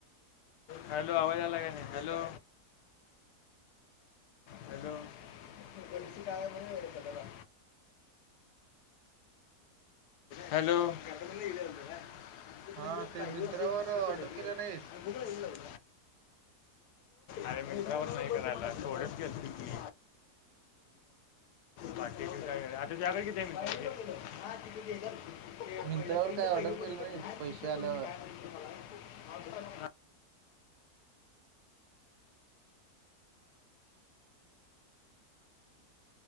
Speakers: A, on the left (about 85°); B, on the right (about 80°).
A: हॅलो आवाज आला का नाही हॅलो हॅलो बस का म्ह व का हॅलो <unintelligible>
B: हा ते मिंत्रावर ऑर्डर केलं नाहीस <unintelligible>
A: अरे मित्रावर सही करायला प्रोडक्ट घेतल मी. बाकी काय आताच्याकडे किती आहे? तिथ पहिले पडल
B: मिंत्रावर
A: ना
B: काय ऑर्डर
A: तिथ
B: केलं नाहीस
A: तून
B: पैसे
A: मी
B: आल्यावर
A: काय म्हणल तुम्हाला ह